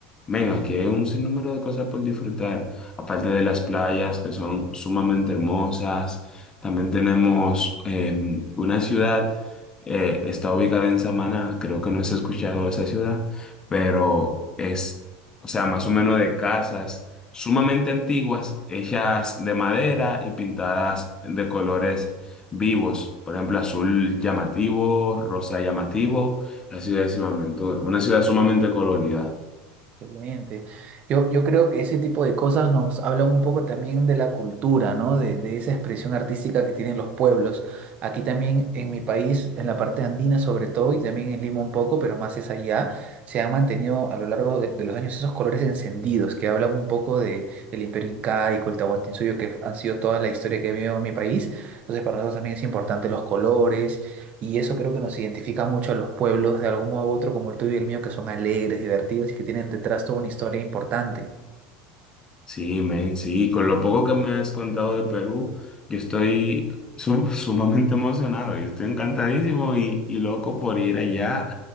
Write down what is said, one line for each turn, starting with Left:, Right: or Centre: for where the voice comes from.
Left: Ven, aquí hay un sinnúmero de cosas por disfrutar, aparte de las playas que son sumamente hermosas. También tenemos eh, una ciudad, eh, está ubicada en Samaná, creo que no has escuchado esa ciudad, pero es, o sea, más o menos de casas sumamente antiguas, hechas de madera y pintadas de colores vivos, por ejemplo, azul llamativo, rosa llamativo, así sucesivamente, una ciudad sumamente colorida.
Right: Excelente. Yo, yo creo que ese tipo de cosas nos hablan un poco también de la cultura, ¿no? De, de esa expresión artística que tienen los pueblos. Aquí también en mi país, en la parte andina sobre todo, y también en Lima un poco, pero más es allá, se han mantenido a lo largo de, de los años esos colores encendidos que hablan un poco de el Imperio Incaico, el Tahuantinsuyo, que han sido toda la historia que vivido en mi país. Entonces para nosotros también es importante los colores y eso creo que nos identifica mucho a los pueblos de algún modo u otro, como el tuyo y el mío, que son alegres, divertidos y que tienen detrás toda una historia importante.
Left: Sí, men, sí, con lo poco que me has contado de Perú, yo estoy su- <laughs> sumamente emocionado, yo estoy encantadísimo y, y loco por ir allá